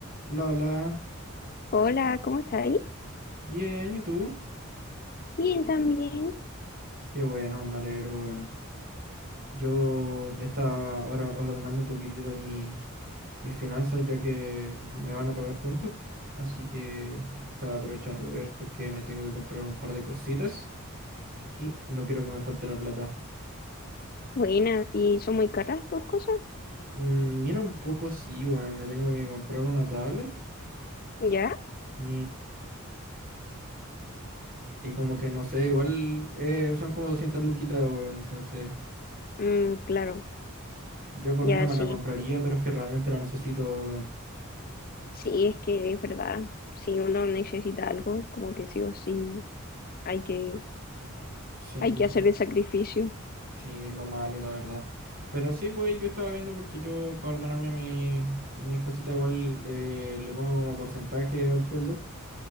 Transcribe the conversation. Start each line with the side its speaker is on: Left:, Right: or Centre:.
Right: La, la,
Left: Hola, ¿cómo estás ahí?
Right: bien, ¿y tú?
Left: Bien, también.
Right: Qué bueno, me alegro, weón. Yo estaba ahora ordenando un poquitito mi, mis finanzas ya que me van a pagar pronto. Así que estaba aprovechando de ver porque me tengo que comprar un par de cositas y no quiero que me falte la plata.
Left: Buena, ¿y son muy caras tus cosas?
Right: Mm, mira un poco, sí, weón, me tengo que comprar una tablet
Left: ¿Ya?
Right: y, y como que no sé, igual eh, son como 200 luquitas, weón, entonces
Left: Mm, claro,
Right: yo por
Left: ya
Right: mí no me
Left: sí.
Right: la compraría, pero es que realmente la necesito, weón.
Left: Sí, es que es verdad. Si uno necesita algo, es como que sí o sí hay que,
Right: Sí,
Left: hay que hacer el sacrificio.
Right: sí, es lo malo, la verdad. Pero sí, pues yo estaba viendo porque yo, para ordenarme mi- mis cositas, igual eh, le pongo como porcentaje al sueldo